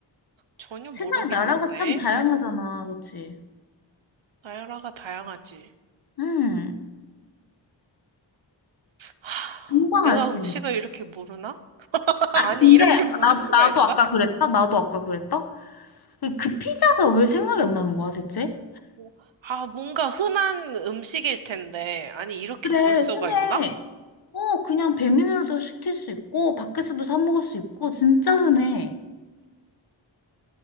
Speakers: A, on the right; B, on the left.
A: 전혀
B: 세상에
A: 모르겠는데.
B: 나라가 참 다양하잖아, 그치?
A: 나열아가 다양하지.
B: 음.
A: 하,
B: 금방
A: 내가
B: 알 수
A: 음식을
B: 있는.
A: 이렇게 모르나? <laughs>
B: 아,
A: 아니,
B: 근데
A: 이렇게 모를
B: 나,
A: 수가
B: 나도
A: 있나?
B: 아까 그랬다? 나도 아까 그랬다? 그, 그 피자가 왜 생각이 안 나는 거야, 대체?
A: 어, 아, 뭔가 흔한 음식일 텐데. 아니, 이렇게
B: 그래,
A: 몰 수가
B: 흔해.
A: 있나?
B: 어, 그냥 배민으로도 시킬 수 있고, 밖에서도 사 먹을 수 있고, 진짜 흔해.